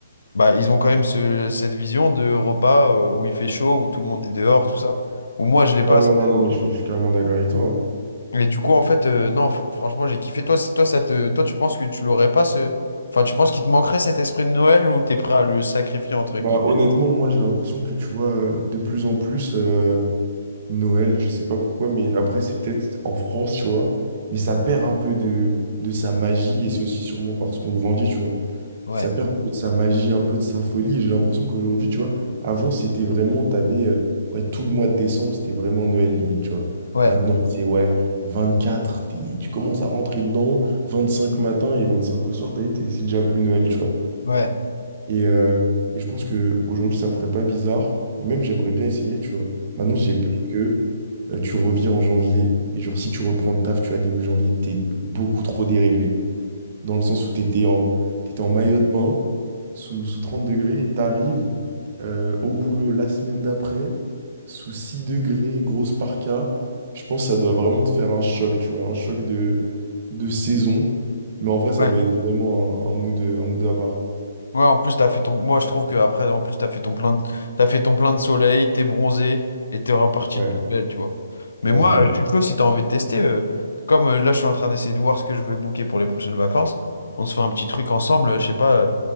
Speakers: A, on the left (about 75°); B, on the right (about 45°).
A: Bah, ils ont quand même ce- cette vision de repas euh, où il fait chaud, où tout le monde est dehors, tout ça. Ou moi, je l'ai pas.
B: Ah ouais,
A: ça.
B: non, non, mais je, suis je suis carrément d'accord avec toi. hein.
A: Et du coup, en fait, euh, non, fr- franchement, j'ai kiffé. Toi, c- toi, ça te, toi, tu penses que tu l'aurais pas ce. Enfin, tu penses qu'il te manquerait cet esprit de Noël ou t'es prêt à le sacrifier entre guillemets?
B: Bah, honnêtement, moi, j'ai l'impression que, tu vois, de plus en plus... euh, Noël, je sais pas pourquoi, mais après, c'est peut-être en France, tu vois. Mais ça perd un peu de, de sa magie, et c'est aussi sûrement parce qu'on grandit, tu vois.
A: Ouais,
B: Ça perd un peu de sa magie, un peu de sa folie. Et j'ai l'impression qu'aujourd'hui, tu vois, avant, c'était vraiment, t'avais, euh, ouais, tout le mois de décembre, c'était vraiment Noël, limite, tu vois.
A: ouais,
B: Maintenant, c'est, ouais, 24, t'es- tu commences à rentrer dedans, 25 matin et 25 au soir, t'as vu, t'es- c'est déjà plus Noël, tu vois.
A: ouais,
B: Et, euh, et je pense que aujourd'hui ça me ferait pas bizarre. Et même, j'aimerais bien essayer, tu vois. Maintenant, j'ai peur que euh, tu reviens en janvier. Et genre, si tu reprends le taf, tu vois, début janvier, t'es beaucoup trop déréglé. Dans le sens où t'étais en, t'étais en maillot de bain, sous, sous 30 degrés, et t'arrives euh, au boulot la semaine d'après, sous 6 degrés, grosse parka. Je pense que ça doit vraiment te faire un choc, tu vois. Un choc de, de saison. Mais en vrai, ça
A: ouais.
B: doit être vraiment un, un mood, un mood à part.
A: Ouais, en plus, t'as fait ton. Moi, je trouve que après, en plus, t'as fait ton plein de... t'as fait ton plein de soleil, t'es bronzé et t'es reparti
B: Ouais,
A: de plus belle, tu vois. Mais
B: ouais,
A: moi,
B: c'est ça.
A: euh, je suis chaud si t'as envie de tester. euh, Comme euh, là, je suis en train d'essayer de voir ce que je vais booker pour les prochaines vacances. On se fait un petit truc ensemble, euh, je sais pas, euh,